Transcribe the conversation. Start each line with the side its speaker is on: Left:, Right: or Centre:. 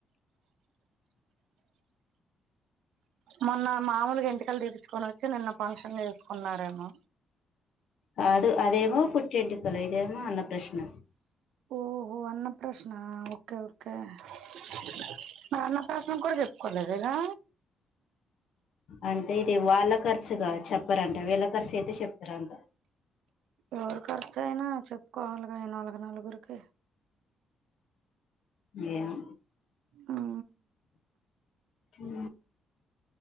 Right: మొన్న మామూలుగ ఎంటకలు తీర్చ్చుకొని వచ్చి నిన్న ఫంక్షన్ చేసుకున్నారేమో
Left: కాదు అదేమో పట్టెంటుకులు ఇదేమో అన్న ప్రశ్న
Right: ఓహో అన్న ప్రశ్న ఒ ఓకే ఓకే <unintelligible> అన్న ప్రశ్న కూడ చెప్పుకోలేదగా
Left: అంటే ఇది వాళ్ళ ఖర్చుగా చెప్పరంట వేళ ఖర్చు అయితే చెప్తారంట
Right: ఎవరు ఖర్చు అయినా చెప్పుకోవాలిగ అయినోళ్లకి నలుగురికి
Left: ఏమో
Right: అ
Left: హు